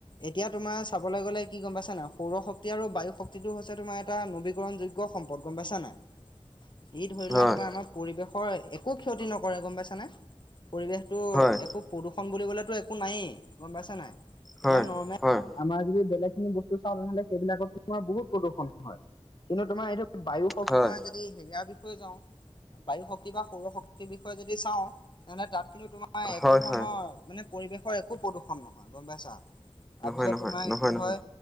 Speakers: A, on the left (about 45°); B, in the centre.
A: এতিয়া তোমাৰ চাবলৈ গ'লে কি গম পাইছানে? সৌৰ শক্তি আৰু বায়ু শক্তিটো হৈছে তোমাৰ এটা নবীকৰণ যোগ্য সম্পদ গম পাইছা নাই? অ ই ধৰি লোৱা
B: হয়,
A: তোমাৰ আমাৰ পৰিৱেশৰ একো ক্ষতি নকৰে গম পাইছানে? পৰিৱেশ তো
B: হয়,
A: একো প্ৰদূষণ বুলিবলেতো একো নায়েই গম পাইছে নাই? এতিয়া
B: হয়,
A: নৰ্মেল
B: হয়,
A: আমাৰ যদি বেলেগখিনি বস্তু চাওঁ তেনেহ'লে সেইবিলাক তোমাৰ বহুত প্ৰদূষণ হয়। কিন্তু তোমাৰ এইটো বায়ু শক্তি
B: হয়,
A: তোমাৰ যদি হেৰিয়াৰ বিষয়ে যাওঁ বায়ু শক্তি বা সৌৰ শক তি বিষয়ে যদি চাও তেনেহলে তাত কিন্তু তোমাৰ একো
B: হয়,
A: ধৰণৰ
B: হয়,
A: মানে পৰিবেশৰ এ কো প্ৰদূষণ নহয় গম পাইছা? তাৰপিছত
B: নহয়, নহয়,
A: তোমাৰ
B: নহয়,
A: কি
B: নহয়।
A: হয়